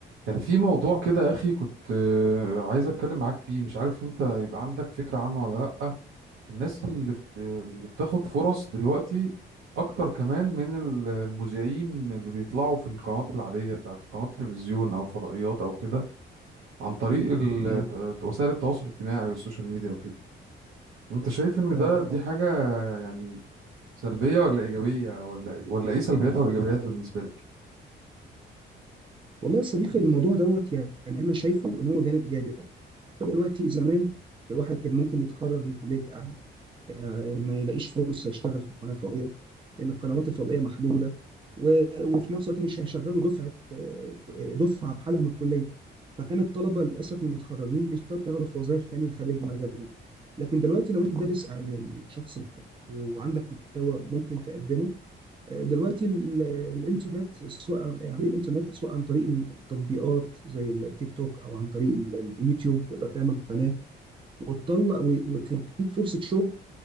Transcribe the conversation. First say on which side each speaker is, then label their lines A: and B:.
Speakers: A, on the right; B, on the right.
A: كان في موضوع كده يا أخي كنت آه، عايز أتكلم معاك فيه مش عارف أنت يبقى عندك فكرة عنه ولا لأ الناس اللي بت... اللي بتاخد فرص دلوقتي أكتر كمان من ال- المذيعين اللي بيطلعوا في القنوات العادية بتاعت قنوات التلفزيون أو الفضائيات أو كده عن طريق ال...
B: مم.
A: ت- وسائل التواصل الاجتماعي والسوشيال ميديا وكده أنت شايف إن
B: آه.
A: ده دي حاجة يعني سلبية ولا إيجابية ولا إيه- ولا إيه سلبياتها وإيجابياتها بالنسبة لك
B: والله يا صديقي الموضوع دوت يعني انا شايفه ان هو جانب ايجابي طبعا دلوقتي زمان الواحد كان ممكن يتخرج من كليه اعلام آه، ما يلاقيش فرصه يشتغل في قناه فضائيه لان القنوات الفضائيه محدوده و... وفي نفس الوقت مش هيشغلوا دفعه آه، دفعه بحالها من الكليه فكان الطلبه للاسف المتخرجين بيشتغلوا يشتغلوا في وظائف تانيه خارج مجالهم لكن دلوقتي لو انت دارس اعلام وشخص مثقف وعندك محتوى ممكن تقدمه دلوقتي ال- الانترنت سواء يعني الانترنت سواء عن طريق التطبيقات زي التيك توك او عن طريق ال- اليوتيوب تقدر تعمل قناه وتطلع و- وتديك فرصه شغل